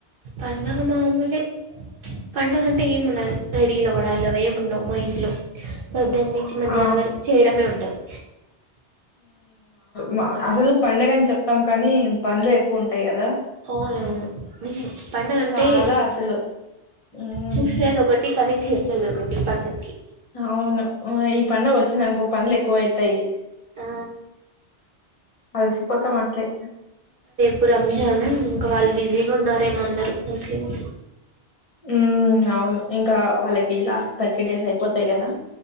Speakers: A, on the right; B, on the left.
A: పండగ మామూలే పండగంటే ఏముండదు రేడియేవ్వాడలు ఏము ఉండవు మా ఇంట్లో పొద్దున్న నుంచి మధ్యాహ్నం
B: ఆ
A: వరకు చేయడమే ఉంటది
B: మా అసలు పండగని చెప్తాం కానీ పనులు ఎక్కువ ఉంటాయి కదా
A: అవునవును పడుగ అంటే
B: చాలా అసలు హ్మ్
A: చూసేది ఒకటి కానీ చేసేది ఒకటి పడుక్కి
B: అవును ఈ పడుగ వచ్చింది అనుకో పంలు ఎక్కువ అవుతాయి
A: ఆ
B: అలసిపోతాం అట్లే
A: ఇప్పు రంజాన్ ఇంకా వాళ్ళు బిజీగా ఉన్నన్నారుేమో అందరుూ ముస్లిమ్స్
B: ఉ అవును ఇంకా వాళ్ళకి లాస్ట్ థర్టీ డేస్ అయిపోతాయి కదా